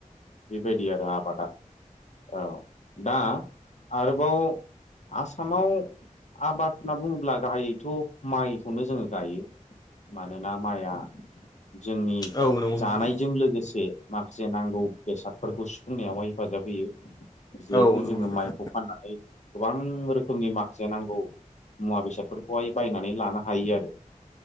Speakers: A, on the left; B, on the left.
A: बेबायदि आरो आबादा औ दा आरोबाव आसामाव आबाद होनना बुंङोब्ला गाहायैथ माइखौनो जोंङो गायो मानोना माइआ जोंनि
B: औ नंगौ नोंथां
A: जानायजों लोगोसे माखासे नांगौ बेसादफोरखौ सुफुंनायावहाय हेफाजाब होयो जिहेथु
B: औ नंगौ
A: जोङो
B: नोंथां
A: माइ खौ फाननानै गोबां रोखोमनि माखासे नांगौ मुवा बेसादफोरखौहाय बायनानै लानो हायो आरो